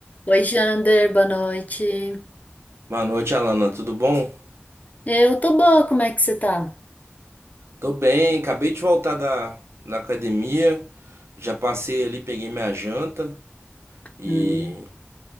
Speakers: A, on the left; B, on the right.
A: Oi, Jander, boa noite.
B: Boa noite, Alana. Tudo bom?
A: Eu tô boa, como é que você tá?
B: Tô bem, acabei de voltar da, da academia. Já passei ali, peguei minha janta e
A: Hum,